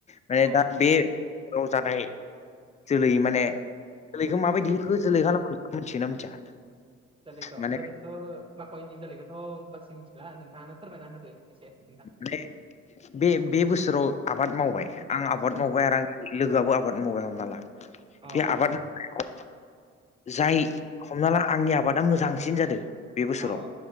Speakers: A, on the left; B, on the right.
A: माने
B: अ
A: दा बे औ जानाय जोलै माने
B: उम
A: जोलैखौ माबायदि
B: उम
A: इखो जोलै खालामो इखो मिथियोना मिथिया
B: जोलैखौ
A: माने
B: जोलैखौ माखयनि जोलैखौथ' बासि मिथिला नोंथाङानो फोरमायना होदो एसे नोंथां
A: माने बे बे बोसोराव आबाद मावबाय आं आबाद
B: उम
A: मावबाय आरो आं लोगोआबो आबाद मावबाय हमना ला
B: अ
A: बे आबाद
B: अ
A: मावनायाव जाय हमना ला आंनि आबादा मोजांसिन जादों बे बोसोराव
B: अ